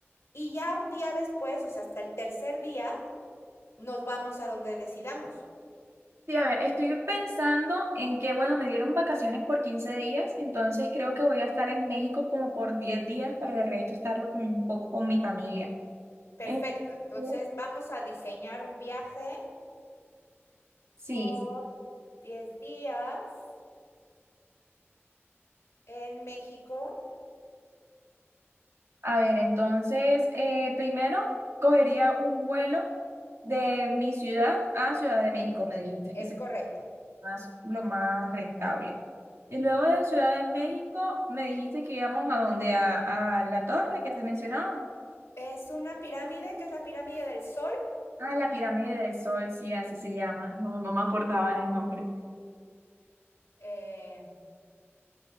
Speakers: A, on the left; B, on the right.
A: y ya un día después, o sea, hasta el tercer día, nos vamos a donde decidamos.
B: Sí, a ver, estoy pensando en que, bueno, me dieron vacaciones por 15 días, entonces creo que voy a estar en México como por 10 días para el resto estarlo como un poco con mi familia.
A: Perfecto.
B: Entonces,
A: Entonces vamos a diseñar un viaje
B: sí.
A: por 10 días en México.
B: A ver, entonces, eh, primero cogería un vuelo de mi ciudad a Ciudad de México, me dijiste
A: Es
B: que es el
A: correcto.
B: más, lo más rentable. Y luego de Ciudad de México, me dijiste que íbamos a donde, a, a la torre que te mencionaba.
A: Es una pirámide que es la pirámide del Sol.
B: Ah, la Pirámide del Sol, sí, así se llama. No, no me acordaba del nombre.
A: Eh,